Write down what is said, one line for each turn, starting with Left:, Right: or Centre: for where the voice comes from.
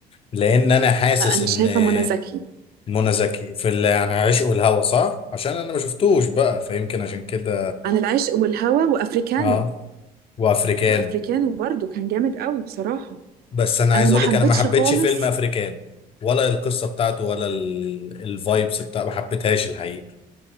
Left: لان انا حاسس
Right: لا انا
Left: ان
Right: شايفه
Left: آه،
Right: منى زكي
Left: منى زكي في اللي عن عشق والهوى صح عشان انا ما شفتوش بقى فيمكن عشان كده
Right: عن العشق والهوى وافريكانو
Left: اه وافريكانو
Right: وافريكانو برضو كان جامد قوي بصراحه
Left: بس انا
Right: انا
Left: عايز
Right: ما
Left: اقول
Right: حبيتش
Left: لك انا ما حبيتش
Right: خالص
Left: فيلم افريكان ولا القصه بتاعته ولا الفايبس بتاع ما حبيتهاش الحقيقه